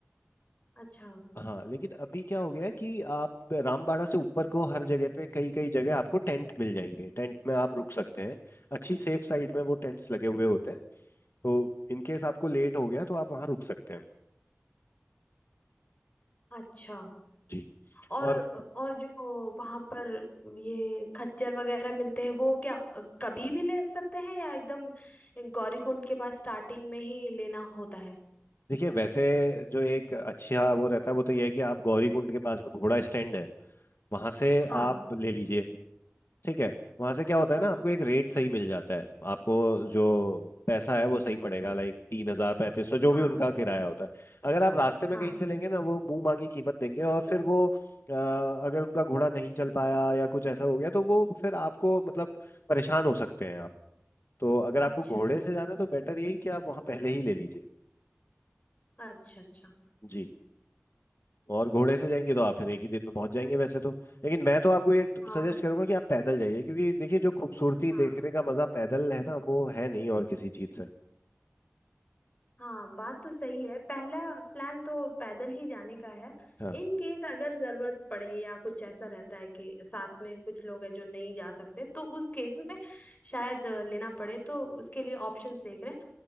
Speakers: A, on the left; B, on the left.
A: अच्छा
B: हाँ लेकिन अभी क्या हो गया है कि आप रामबाड़ा से ऊपर को हर जगह पे कई कई जगह आपको टेंट मिल जाएंगे टेंट में आप रुक सकते हैं अच्छी सेफ साइड में वो टेंट्स लगे हुए होते हैं तो इनकेस आपको लेट हो गया तो आप वहां रुक सकते हैं
A: अच्छा
B: जी
A: और
B: और
A: और जो वहां पर ये खच्चर वगैरह मिलते हैं वो क्या कभी भी ले सकते हैं या एकदम गौरीकुंड के पास स्टार्टिंग में ही लेना होता है
B: देखिए वैसे जो एक अच्छा वो रहता है वो तो ये है कि आप गौरी कुंड के पास में घोड़ा स्टैंड है वहां से
A: हाँ
B: आप ले लीजिए ठीक है वहां से क्या होता है
A: हाँ
B: ना आपको
A: हाँ
B: एक रेट सही मिल जाता है आपको जो पैसा है वो सही पड़ेगा लाइक तीन हजार पैंतीस सौ जो
A: हाँ
B: भी उनका किराया होता है अगर आप रास्ते में
A: हाँ
B: कहीं से लेंगे ना वो मुंह मांगी कीमत देंगे और फिर वो अ, अगर उनका घोड़ा नहीं चल पाया या कुछ ऐसा हो गया तो वो फिर आपको मतलब परेशान हो सकते हैं आप तो अगर आपको
A: अच्छा
B: घोड़े
A: अच्छा
B: से जाना है तो बेटर यही कि आप वहां पहले ही ले लीजिए
A: अच्छा अच्छा
B: जी और घोड़े से जाएंगे तो आप फिर एक ही दिन में पहुंच जाएंगे वैसे तो लेकिन मैं तो आपको ये
A: हाँ
B: सजेस्ट करूंगा कि आप पैदल जाइए क्योंकि देखिए जो खूबसूरती
A: हाँ
B: देखने का मजा पैदल है ना वो है नहीं और किसी चीज से
A: हाँ बात तो सही है पहला प्लान तो पैदल ही जाने का है
B: हाँ
A: इन केस अगर जरूरत पड़े या कुछ ऐसा रहता है कि साथ में कुछ लोग हैं जो नहीं जा सकते तो उस केस में शायद अ, लेना पड़े तो उसके लिए ऑप्शंस देख रहे हैं